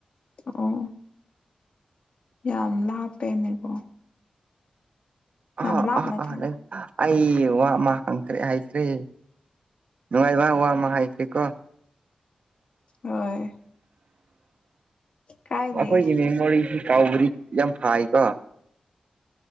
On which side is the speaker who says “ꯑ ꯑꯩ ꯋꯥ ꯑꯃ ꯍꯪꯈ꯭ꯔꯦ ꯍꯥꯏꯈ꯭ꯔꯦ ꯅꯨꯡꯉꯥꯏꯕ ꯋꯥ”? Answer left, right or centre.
Right